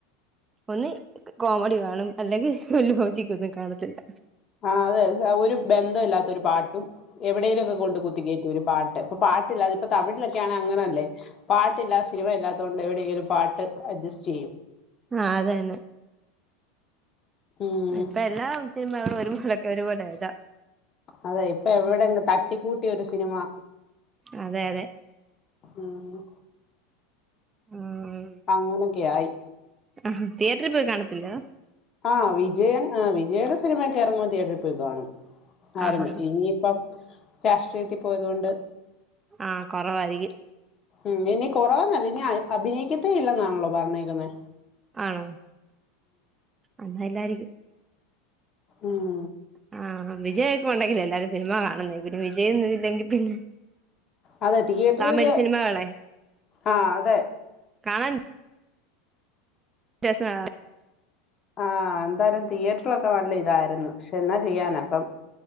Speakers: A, on the right; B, on the left.
A: ഒന്ന് കോമഡി കാണും അല്ലെങ്കിൽ ഒരു ലോജിക്കെ കാണത്തില്ല
B: ആ അതെ ഒരു ബന്ധം ഇല്ലാത്തൊരു പാട്ടും എവിടെേലുക്കെ കൊണ്ട് കുത്തിക്കയറ്റും ഒരു പാട്ട് ഇപ്പൊ പാട്ടില്ലാെ ഇപ്പോ തമിഴിലൊക്കെ അങ്ങനല്ലേ പാട്ടില്ലാത്ത സിനിമ ഇല്ലാത്ത കൊണ്ട് എവിടെയെങ്കിലും പാട്ട് അഡ്ജസ്റ്റ് ചെയ്യും
A: ആ അതന്നെ
B: ഉം
A: പ്പ എല്ലാം സിനിമകളും <unintelligible> ഒരുപോലെ ല
B: അതെ ഇപ്പൊ എവിടെങ്ക തട്ടിക്കൂട്ടിയൊരു ഒരു സിനിമ
A: അതെ അതെ
B: ഉം
A: ആഹ്
B: അങ്ങനൊക്കെയ ആയി
A: ആഹ് തിയേറ്ററിൽ പോയി കാണത്തില്ല
B: ആ വിജയൻ ആ വിജയുടെ സിനിമൊക്കെ ഇറങ്ങു തിയേറ്ററിൽ പോയി കാണും ആയിരുന്നു
A: ആഹ് ആഹ്
B: ഇനിയിപ്പം രാഷ്ട്രീയത്തിൽ പോയത കൊണ്ട്
A: ആ കുറവായിരിക്കും
B: ഉം ഇനി കുറവന്നല്ല ഇനി അഭിനയിക്കത്തേ ഇല്ല എന്നാണല്ലോ പറഞ്ഞേക്കണേ
A: ആണോ അന്നാ അല്ലായിരിക്കും
B: ഉം
A: ആ വിജയ <unintelligible> ഒക്കെ ഉണ്ടെങ്കിലേ എല്ലാരും സിനിമ കാണുന്ന പിന്നെ വിജയൊന്നും ഇല്ലെങ്കിൽ പിന്നെ
B: അതെ തി <unintelligible> യേറ്ററില്
A: തമിഴ് സിനിമകളെ
B: ആ അതെ
A: കാണാൻ <unintelligible>
B: ആ എന്തായാലും ടീയറ്റർ <unintelligible> ക്ക നല്ല ഇതായിരുന്നു പക്ഷെ എന്നാ ചെയ്യാന അപ്പം